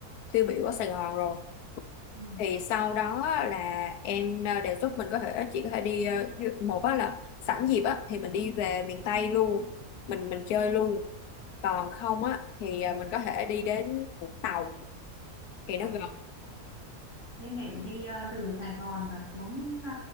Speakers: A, on the left; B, on the left.
A: tiêu biểu ở Sài Gòn rồi
B: Ừ.
A: thì sau đó á, là em ờ, đề xuất mình có thể chỉ có thể đi ờ, du- một á là sẵn dịp á thì mình đi về miền Tây luôn mình mình chơi luôn còn không á thì ờ, mình có thể đi đến Vũng Tàu thì nó
B: Ờ.
A: gần
B: Thế để đi ờ, từ Sài Gòn mà xuống ờ,